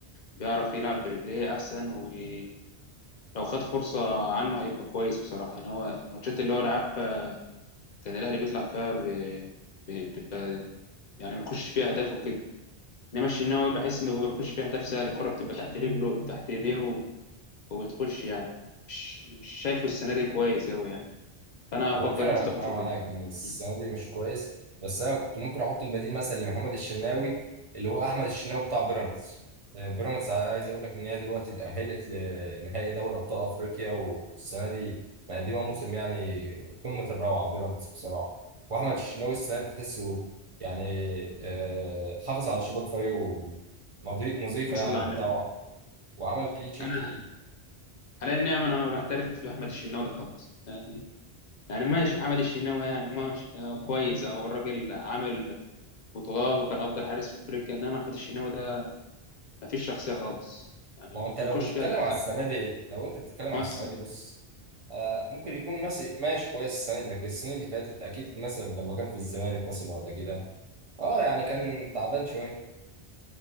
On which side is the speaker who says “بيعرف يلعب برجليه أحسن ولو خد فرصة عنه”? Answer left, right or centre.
Left